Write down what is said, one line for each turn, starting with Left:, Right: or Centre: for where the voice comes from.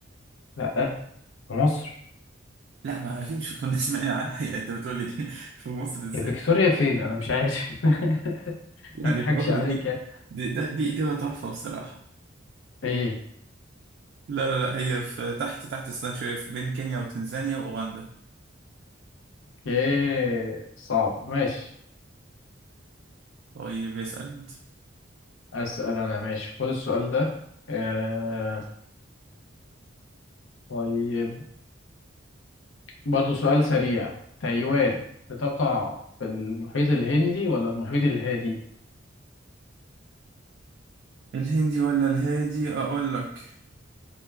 Left: لا في مصر
Right: لا ما أكيد مش كنا <laughs> سمعنا عنها يعني أنت بتقولي <laughs> في مصر إزاي؟
Left: هي فيكتوريا فين انا مش عارف <laughs>
Right: يعني
Left: ما اضحكش
Right: في مصر
Left: عليك
Right: دي
Left: يعني
Right: دي, ده دي إجابة تحفة بصراحة
Left: ايه
Right: لا لا لا هي في تحت تحت السودان شوية في بين كينيا وتنزانيا وأوغندا
Left: ايه صعب ماشي
Right: طيب اسأل أنت
Left: اسال انا ماشي خد السؤال ده آه... طيب برضه سؤال سريع تايوان بتقع في المحيط الهندي ولا المحيط الهادي
Right: الهندي ولا الهادي أقول لك